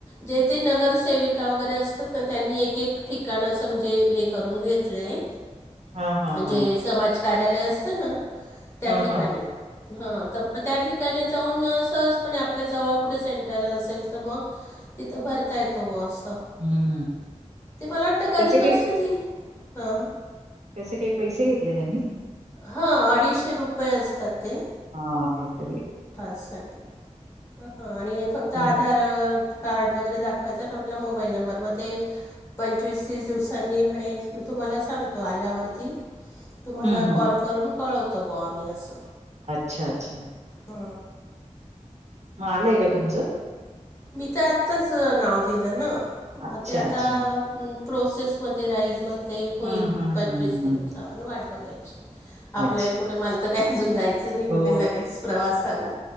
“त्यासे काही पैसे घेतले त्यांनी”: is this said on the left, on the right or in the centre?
Right